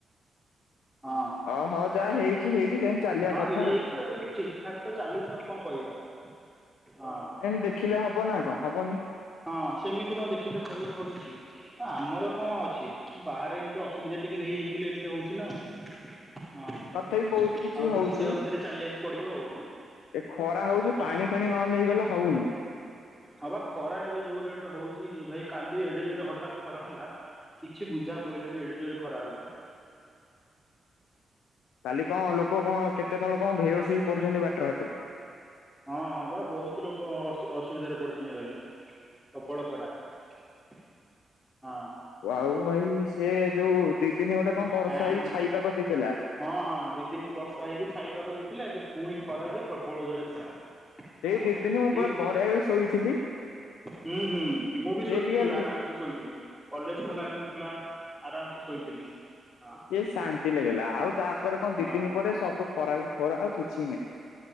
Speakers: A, in the centre; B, on the left (about 80°).
A: ହଁ,
B: ଓହୋ
A: ହଁ
B: ଯାହା ହେଇଛି ହେଇଛି ସେମିତି ଚାଲିବା କଥା
A: ହେଇଯାଇଚି ଆଉ ଠିକ। ଫାକ୍ ତ ଚାଲିଚି ଆଉ କଣ କହିବା? ହଁ
B: ଏମ ଦେଖିଲେ ହବ ନା କଣ ହବନି।
A: ହଁ ସେମିତି କଣ ଦେଖିଲେ କହିହବ କିଛି। ହଁ ଆମର କଣ ଅଛି ବାହାରେ ଏମିତି ଅସୁବିଧା ଟିକେ ହେଇଯାଇଚି ବୋଲି ଏମିତି ହଉଚି ନା। ହଁ
B: ତଥାପି ବହୁତ କିଛି
A: ଆଉ ଟିକେ
B: ହଉଚି।
A: ସେ
B: ଏ
A: ଅନୁସାରେ ଚାଲିବାକୁ ପଡିବ ଆଉ
B: ଖରା ହଉଚି
A: ହଁ।
B: ପାଣି ଫାଣି ନ ନେଇଗଲେ ହଉନି।
A: ହଁ ବା ଖରା ଏବେ ଯୋଉ ରେଟରେ ହଉଚି ଭାଇ କାଲି ଏଡେ ଯୋରେ ହଠାତ୍ ଖରା ହେଲା। କିଛି ବୁଝା ପଇଲାନି ଏଡେ ଜୋର୍ ରେ ଖରା ହେଲା।
B: କାଲି କଣ ଲୋକ କଣ କେତେ କଣ କଣ ଭେହୋସ ହେଇକି ପଡିଚନ୍ତି ବାଟର ବାଟରେ।
A: ହଁ ହଁ ବା ବହୁତ ଲୋକ ଅ ଅସୁବିଧାରେ ପଡିଚନ୍ତି କାଲି। ପ୍ରବଳ ଖରା ହଁ।
B: ଆଉ ଭାଇ ସେ ଯୋଉ ଦି ତିନ ଘଣ୍ଟା କଣ ବର୍ଷା
A: ଆ ଆମ
B: ହେଇ ଛାଇ ପାକ ଦେଇଥିଲା।
A: ହଁ ହଁ ଦି ଦିନ ବର୍ଷା ହେଇକି ଛାଇ ପାଗ ଦେଇଥିଲା। ଏବେ ପୁଣି ଖରା ଯେ ପ୍ରବଳ ଜୋରେ ଖରା। ହଁ
B: ସେଇ ଦି ଦିନି ମୁଁ ପୁରା
A: ଏଇଠି
B: ବଢିଆରେ ଶୋଇଥିଲି।
A: ହୁଁ ହୁଁ ମୁଁ ବି
B: ସେ
A: ଶୋଇଥିଲି।
B: ଟିକେ
A: ଆରାମସ ଶୋଇଥିଲି। କଲେଜ ଖୋଲା ନ ଥିଲା ଆରାମସେ ଶୋଇଥିଲି। ହ।
B: ସେ ଶାନ୍ତି ଲାଗିଲା ଆଉ ତାପରେ କଣ
A: ହଁ।
B: ଦି ଦିନ ପରେ ସବୁ ଖରାକୁ ଖରା ଆଉ କିଛି ନାହିଁ।